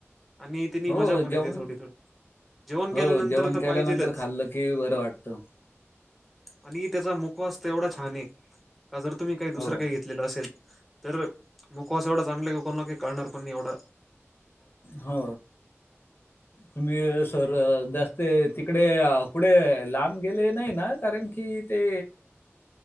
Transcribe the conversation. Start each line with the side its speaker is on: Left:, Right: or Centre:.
Centre: आणि त्यांनी
Left: हो
Centre: मजा पण
Left: जेवण
Centre: येते थोडी थोडी. जेवण केल्यानंतर
Left: हो जेवण
Centre: तर
Left: केल्यानंतर
Centre: पाहिजेलच
Left: खाल्लं की, बरं वाटतं.
Centre: आणि त्याचा मुकवास तर एवढा छान ये का जर का तुम्ही काही दुसरं
Left: हो
Centre: काही घेत लेलं असेल, तर मुकवास एवढा चांगला ये की कोणाला काही कळणार पण नाही एवढ
Left: हो तुम्ही सर जास्त तिकडे पुढे लांब गेले नाही ना, कारण की ते